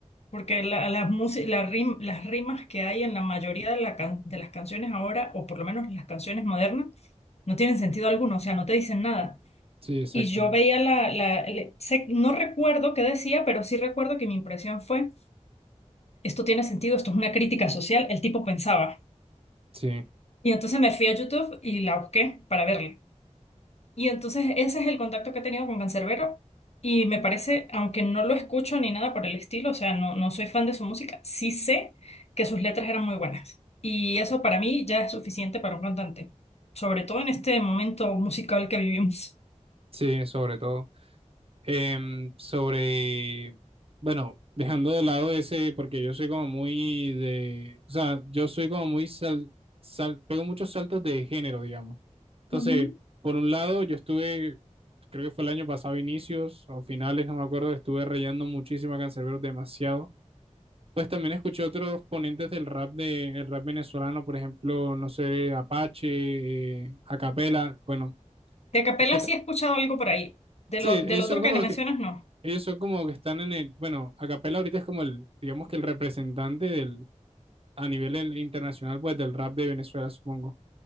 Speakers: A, on the left; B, on the right.
A: Porque la- las musi- la rim- las rimas que hay en la mayoría de, la can- de las canciones ahora, o por lo menos las canciones modernas, no tienen sentido alguno, o sea, no te dicen nada.
B: sí, exactamente.
A: Y yo veía la, la- el- sé- no recuerdo qué decía, pero sí recuerdo que mi impresión fue, esto tiene sentido, esto es una crítica social, el tipo pensaba.
B: Sí,
A: Y entonces me fui a YouTube y la busqué para verla. Y entonces ese es el contacto que he tenido con Canserbero y me parece, aunque no lo escucho ni nada por el estilo, o sea, no, no soy fan de su música, sí sé que sus letras eran muy buenas. Y eso para mí ya es suficiente para un cantante, sobre todo en este momento musical que vivimos.
B: sí, sobre todo. em, sobre, bueno, dejando de lado ese, porque yo soy como muy de, o sea, yo soy como muy sal, sal- pego muchos saltos de género, digamos. Entonces,
A: Ujú.
B: por un lado, yo estuve, creo que fue el año pasado, inicios o finales, no me acuerdo, estuve rayando muchísimo a Canserbero, demasiado. Pues también escuché otros ponentes del rap de, el rap venezolano, por ejemplo, no sé, Apache, eh, Acapela, bueno,
A: De capela
B: et-
A: sí he escuchado algo por ahí. De
B: sí,
A: lo, del
B: esos
A: otro
B: son como
A: que te
B: los
A: mencionas,
B: que
A: no.
B: Ellos son como que están en el, bueno, acapella ahorita es como el, digamos que el representante del, a nivel el- internacional, pues del rap de Venezuela, supongo.